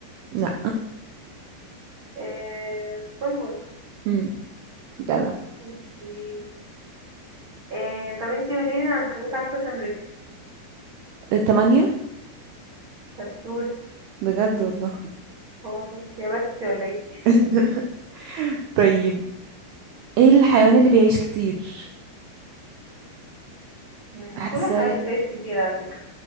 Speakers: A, on the right; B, on the right.
A: لأ
B: آه كونفرس
A: امم جدع
B: اوكي آه طب انتي قوليلي العنكبوت عنده كام رجل
A: آه، تمانية
B: شطور
A: بجد والله
B: هو والله يا بختي ولا ايه
A: <laughs> طيب ايه الحيوان اللي بيعيش كتير
B: مم.
A: حاسه
B: كل الحيوانات بتعيش كتير على فكرة